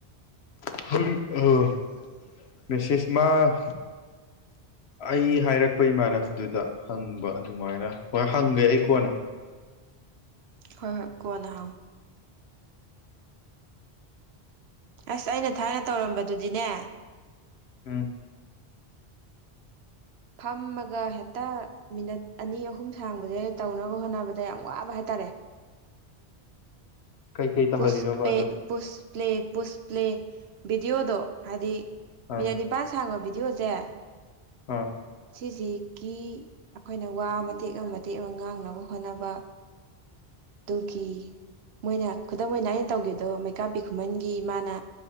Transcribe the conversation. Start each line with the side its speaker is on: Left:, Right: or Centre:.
Left: <unintelligible> ꯃꯦꯁꯦꯖ ꯃꯥ ꯑꯩ ꯍꯥꯏꯔꯛꯄ ꯏꯃꯥꯟꯅꯕꯗꯨꯗ ꯍꯪꯕ ꯑꯗꯨꯃꯥꯏꯅ ꯍꯣꯏ ꯍꯪꯒꯦ ꯑꯩ ꯀꯣꯟꯅ꯫
Right: ꯍꯣꯏ ꯍꯣꯏ ꯀꯣꯟꯅ ꯍꯪꯉꫭ꯫ ꯑꯁ ꯑꯩꯅ ꯊꯥꯢꯅ ꯇꯧꯔꯝꯕꯗꯨꯗꯤꯅꯦ
Left: ꯎꯝ꯫
Right: ꯐꯝꯃꯒ ꯍꯦꯛꯇ ꯃꯤꯅꯠ ꯑꯅꯤ ꯑꯍꯨꯝ ꯁꯥꯡꯕꯁꯦ ꯇꯧꯅꯕ ꯍꯣꯠꯅꯕꯗ ꯌꯥꯝ ꯋꯥꯕ ꯍꯥꯏꯇꯥꯔꯦ
Left: ꯀꯩꯀꯩ ꯇꯧꯍꯜꯂꯤꯅꯣꯕ
Right: ꯄꯨꯁ ꯄꯂꯦ
Left: ꯑꯗꯨꯝ
Right: ꯄꯨꯁ ꯄꯂꯦ ꯄꯨꯁ ꯄꯂꯦ ꯕꯤꯗꯤꯑꯣꯗ ꯍꯥꯏꯗꯤ ꯃꯤꯅꯠ
Left: ꯑꯥ
Right: ꯅꯤꯄꯥꯥꯟ ꯁꯥꯡꯉꯣ ꯚꯗꯤꯑꯣꯁꯦ
Left: ꯎꯝ
Right: ꯁꯤꯁꯤꯒꯤ ꯑꯩꯈꯣꯏꯅ ꯋꯥ ꯃꯇꯦꯛ ꯑꯃ ꯃꯇꯦꯛ ꯑꯃ ꯉꯥꯡꯅꯕ ꯍꯣꯠꯅꯕ ꯒꯤ <unintelligible> ꯃꯣꯏꯅ ꯈꯨꯗꯝ ꯑꯣꯏꯅ ꯑꯩꯅ ꯇꯧꯒꯦꯗꯣ ꯃꯩꯀꯥꯄꯤ ꯈꯨꯃꯟꯒꯤ ꯃꯥꯅ